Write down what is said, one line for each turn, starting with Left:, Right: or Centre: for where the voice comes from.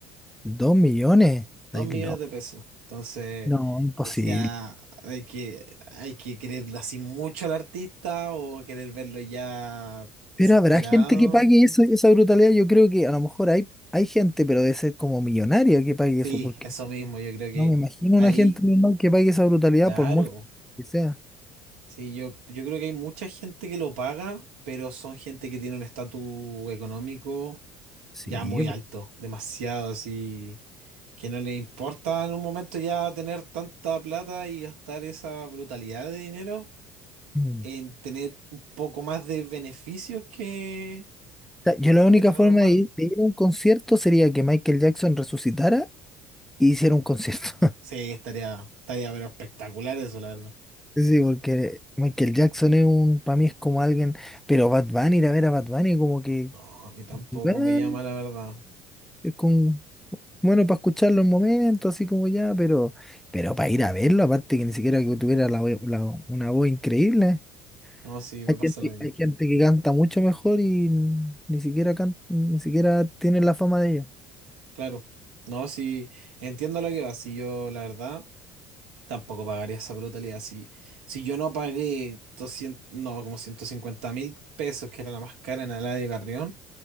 Centre: Dos millones. estáis
Right: Dos millones
Centre: locos.
Right: de pesos. Entonces,
Centre: No, imposible.
Right: decía, hay que, hay que querer así mucho al artista o querer verlo ya desesperado.
Centre: Pero habrá gente que pague eso, esa brutalidad. Yo creo que a lo mejor hay, hay gente, pero debe ser como millonaria que pague
Right: Sí,
Centre: eso, porque
Right: eso mismo, yo creo que
Centre: no me imagino
Right: ahí,
Centre: una gente normal que pague esa brutalidad
Right: claro,
Centre: por mucho que sea.
Right: sí, yo, yo creo que hay mucha gente que lo paga, pero son gente que tiene un estatus económico
Centre: Sí,
Right: ya muy
Centre: po.
Right: alto, demasiado así. que no les importa en un momento ya tener tanta plata y gastar esa brutalidad de dinero
Centre: Mm.
Right: en
Centre: O
Right: tener un poco más de beneficios que
Centre: sea, yo la
Right: que
Centre: única
Right: una entrada
Centre: forma
Right: normal.
Centre: de ir, de ir a un concierto sería que Michael Jackson resucitara y hiciera un concierto. <laughs>
Right: Sí, estaría, estaría pero espectacular eso, la verdad.
Centre: Sí, porque Michael Jackson es un, para mí es como alguien, pero Bad Bunny, ir a ver a Bad Bunny como que,
Right: No, a mí tampoco
Centre: bueno,
Right: me llama la verdad.
Centre: es con Bueno, para escucharlo un momento, así como ya, pero, pero para ir a verlo, aparte que ni siquiera que tuviera la, voz- la- una voz increíble.
Right: No, sí, me
Centre: Hay
Right: pasa
Centre: gente,
Right: lo mismo.
Centre: hay gente que canta mucho mejor y n- ni siquiera can- ni siquiera tiene la fama de ellos.
Right: Claro. No, sí, entiendo lo que va. Si yo, la verdad, tampoco pagaría esa brutalidad. Si, si yo no pagué 200, no, como 150 mil pesos, que era la más cara en Eladio Carrión,